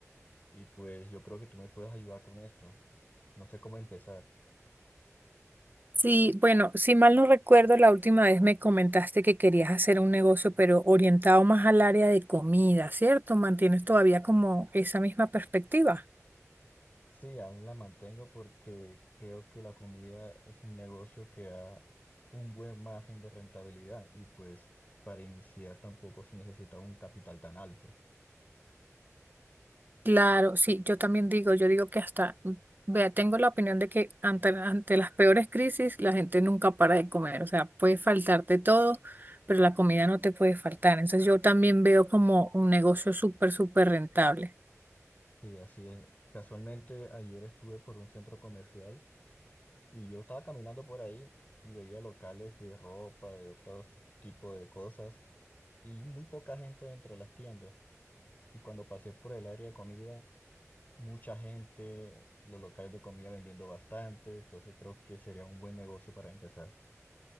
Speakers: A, on the left (about 30°); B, on the right (about 35°).
A: Y pues yo creo que tú me puedes ayudar con esto. No sé cómo empezar.
B: Sí, bueno, si mal no recuerdo, la última vez me comentaste que querías hacer un negocio, pero orientado más al área de comida, ¿cierto? ¿Mantienes todavía como esa misma perspectiva?
A: Sí, aún la mantengo porque creo que la comida es un negocio que da un buen margen de rentabilidad y pues para iniciar tampoco se necesita un capital tan alto.
B: Claro, sí, yo también digo, yo digo que hasta, mm, vea, tengo la opinión de que ante, ante las peores crisis la gente nunca para de comer, o sea, puede faltarte todo, pero la comida no te puede faltar. Entonces yo también veo como un negocio súper, súper rentable.
A: Sí, así es. Casualmente ayer estuve por un centro comercial Y yo estaba caminando por ahí y veía locales de ropa, de otros tipos de cosas, y muy poca gente dentro de las tiendas. Y cuando pasé por el área de comida, mucha gente, los locales de comida vendiendo bastante, entonces creo que sería un buen negocio para empezar.